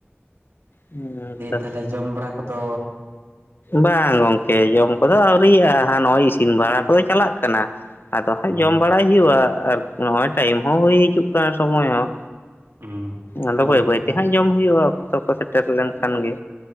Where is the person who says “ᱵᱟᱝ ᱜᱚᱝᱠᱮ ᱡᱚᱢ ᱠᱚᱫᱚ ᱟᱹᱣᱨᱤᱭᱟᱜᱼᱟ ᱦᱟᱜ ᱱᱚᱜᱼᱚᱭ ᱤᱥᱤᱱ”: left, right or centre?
Left